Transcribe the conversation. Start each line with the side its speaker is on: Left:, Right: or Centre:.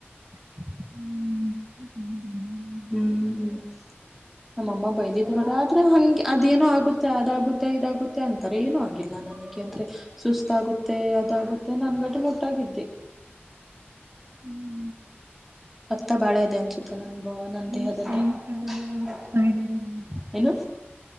Right: <unintelligible> <unintelligible> <unintelligible>
Centre: ಹ್ಮ್ <unintelligible> ನಮ್ಮಮ್ಮ ಬೈದಿದ್ರು ಆದ್ರೆ ಹಂಗೆ ಅದೇನೋ ಆಗುತ್ತೆ ಅದಾಗುತ್ತೆ ಇದಾಗುತ್ತೆ ಅಂತಾರೆ ಏನೂ ಆಗಿಲ್ಲ ನನಗೆ ಯಾಕೆ ಅಂದ್ರೆ ಸುಸ್ತಾಗುತ್ತೆ ಅದಾಗುತ್ತೆ ನಾನ್ ಗಟ್ ಮುಟ್ಟಾಗಿದ್ದೆ
Right: ಹ್ಮ್ <unintelligible>
Centre: ರಕ್ತ ಬಾಳ ಇದೆ ಅನ್ಸುತ್ತೆ ನನ್ ಬಾ ನನ್ನ
Right: ನಿಮ್
Centre: ದೇಹದದಲ್ಲಿ
Right: ಸ್ನೇಹಿತರೆಲ್ಲ
Centre: <unintelligible>
Right: ಹೋಗ್ತಾ ಇದ್ದಾರೆ ನಿಮ್
Centre: ಏನು